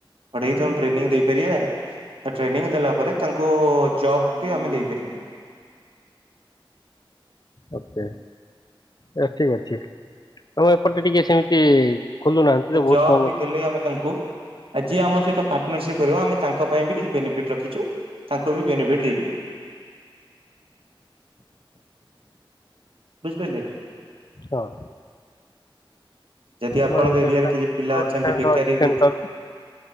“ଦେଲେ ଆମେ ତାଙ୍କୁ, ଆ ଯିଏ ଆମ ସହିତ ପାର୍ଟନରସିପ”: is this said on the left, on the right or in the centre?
Right